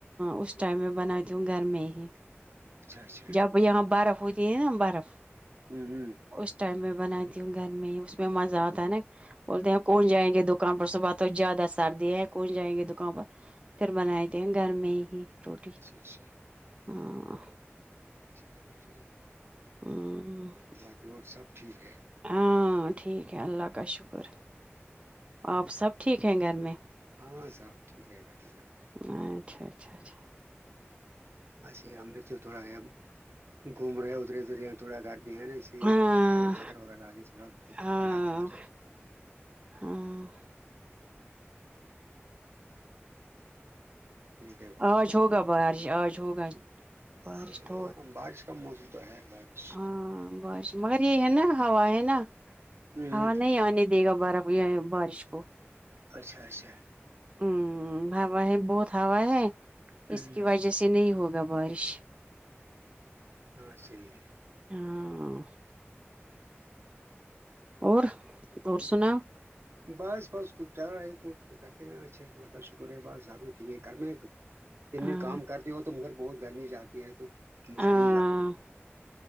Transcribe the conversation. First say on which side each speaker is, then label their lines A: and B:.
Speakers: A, on the right; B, on the right.
A: اس ٹائم میں بناتتی ہوں گھر میں ہی
B: اچھا اچھا
A: جب یہاں برف ہوتی ہے نا برف
B: ہوں ہوں
A: اس ٹائم میں بنا تی گرمی اس م میں مزہ آتا آ نا بولتے ہیں کون جائیں گے دکان پر صب بات ہو زیادہ سردی ہے کون جائیں گے دکان پر پھر بنائی دیں گھر میں ہی روٹی
B: اچھا اچھا
A: ہاں
B: چلو ٹھیک ہے <unintelligible>
A: ہ <inaudible>
B: باقی اور سب ٹھیک ہے
A: ہاں ٹھیک ہے اللہ کا شکر آپ سب ٹھیک ہیں گھر میں
B: ہاں صاحب ٹھیک ہے گا یہاں
A: اچھا اچھا اچھا
B: ایسے ہم لے سے تھوڑا یہ گھوم رہے ہیں ادھرے ادھر تھوڑا گھرمی ہے نا
A: ہاں
B: تھوڑا چکر وغیرہ
A: ہاں
B: آ تھوڑا
A: ہاں
B: ٹھیک ہے
A: آج ہوگا بارش آج ہوگا بارش
B: ہاں
A: تھوڑا
B: بارش کا موسم تو ہے بارش
A: ہاں بس مگر یہ ہے نا ہا ہے نا
B: ہوں
A: ہا نہیں آنے دے گا بارف بارش کو <unintelligible>
B: اچھا اچھا
A: ہوں ہا ہے بہت ہا ہے
B: ہوں
A: اس کی وجہ سے نہیں ہوگا بارش
B: ہاں سی <unintelligible>
A: ہاں اور اور سنا
B: <inaudible> بس بس چل رہا ہے کرتے ہیں اچھا ب کا شکریہ بس صاحبو ٹھیک ہے کرنا ہے دن
A: ہاں
B: میں کام کر رہ ہو تو مگر بہت گرمی جاتی ہے تو مھل
A: ہاں
B: ہی جات